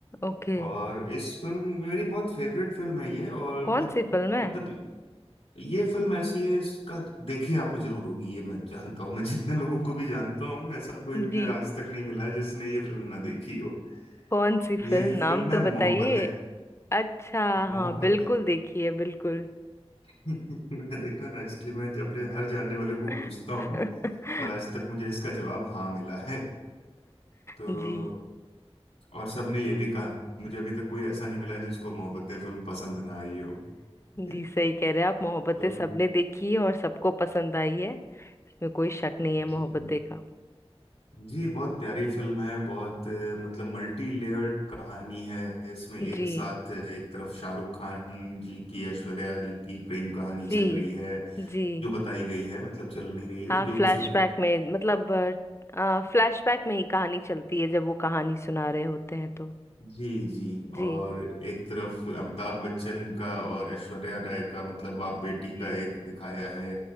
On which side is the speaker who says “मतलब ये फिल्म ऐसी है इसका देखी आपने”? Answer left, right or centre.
Left